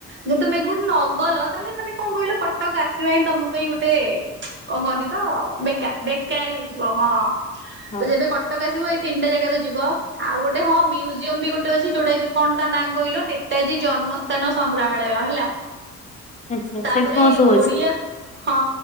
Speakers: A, on the right (about 40°); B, on the left (about 25°).
A: ଯଦି ତମେ ଏଠୁ ନଗଲ ତାହେଲେ ମାନେ କଣ କହିଲ କଟକ ଆସିବା ହିଁ ତମ ପାଇଁ ଗୋଟେ କଣ କହନ୍ତି ତ ବେକାର ବେକାର ହେଇଯିବ ହଁ
B: ହଁ।
A: ତ ଯେବେ କ ଟକ ଆସିବ ଏଇ ତିନଟା ଜାଗାରେ ଯିବ ଆଉ ଗୋଟେ ହଁ ମିଉଜି ଜୀୟମ ବି ଗୋଟେ ଅଛି ଯୋଉଟା କି କଣ ତା ନାଁ କହିଲ ନେତାଜୀ ଜନ୍ମସ୍ଥାନ ସଂଗ୍ରହାଳୟ ହେଲା।
B: ଆଚ୍ଛା
A: ତାପରେ
B: ସେଇଠି କଣ ସବୁ
A: ଓଡିଆ
B: ଅଛି
A: ହଁ